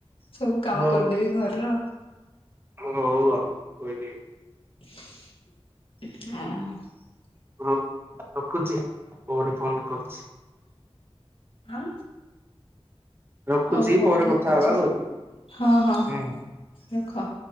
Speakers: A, on the left (about 60°); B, on the right (about 20°).
A: ସବୁ କାମ
B: ହଉ
A: କରିଦେବି ଘରର।
B: ହଉ ଆଉ କହିଦେବୀ।
A: ହଁ।
B: ହଁ ରଖୁଚି ପରେ ଫୋନ କରୁଚି।
A: ଆଁ।
B: ରଖୁଛି
A: ହଉ ହଉ
B: ପରେ
A: ଠିକ
B: କଥା
A: ଅଛି
B: ହବା କହିଲି।
A: ହଁ ହଁ
B: ହୁଁ।
A: ରଖ।